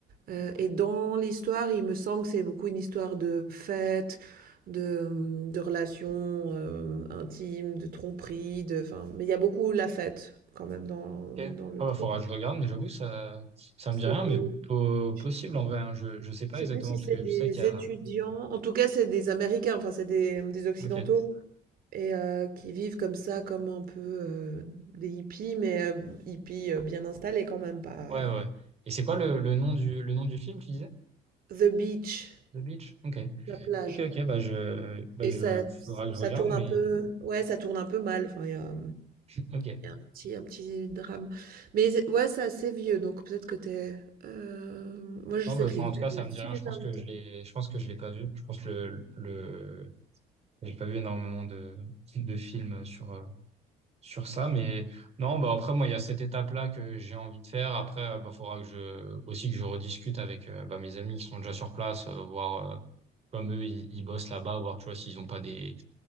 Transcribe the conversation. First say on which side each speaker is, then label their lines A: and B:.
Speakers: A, on the right; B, on the right.
A: heu et dans l'histoire, il me semble que c'est beaucoup une histoire de fête, de, mmh, de relations, heu, intimes, de tromperies, de enfin mais il y a beaucoup la fête quand même dans
B: Ok.
A: dans le
B: Ah
A: truc.
B: bah faudra que je regarde, mais j'avoue ça, ça
A: C'est
B: me dit rien,
A: des
B: mais po-
A: je
B: possible en vrai. hein. Je, je sais pas
A: sais
B: exactement
A: plus si
B: parce
A: c'est
B: que
A: des
B: je sais qu'il y a.
A: étudiants, en tout cas c'est des Américains, enfin c'est des, mmh, des occidentaux
B: Ok.
A: et heu, qui vivent comme ça, comme un peu, heu, des hippies mais heu, hippies, heu, bien installés quand même, pas,
B: Ouais,
A: heu
B: ouais. Et c'est quoi le, le nom du, le nom du film, tu disais?
A: The Beach,
B: The Beach? Ok.
A: la plage.
B: Ok, ok, bah je, bah
A: Et
B: je,
A: ça
B: faudra que
A: ça
B: je regarde,
A: tourne
B: mais
A: un peu ouais, ça tourne un peu mal, enfin il y a,
B: <laughs> ok.
A: il y a un petit un petit drame. Mais c'est ouais, c'est assez vieux, donc peut-être que t'es. es, moi je
B: Non,
A: sais
B: bah,
A: que
B: enfin,
A: je l'ai vu,
B: en tout
A: mais
B: cas, ça
A: il y a
B: me
A: super
B: dit rien. Je pense
A: longtemps.
B: que je l'ai, je pense que je l'ai pas vu. Je pense que le, le, j'ai pas vu énormément de, de films sur, euh, sur ça, mais non, bah après, moi, il y a cette étape-là que j'ai envie de faire. Après, euh, bah, faudra que je, aussi que je rediscute avec, euh, bah, mes amis qui sont déjà sur place, euh, voir, euh, comme eux, ils, ils bossent là-bas, voir, tu vois, s'ils ont pas des,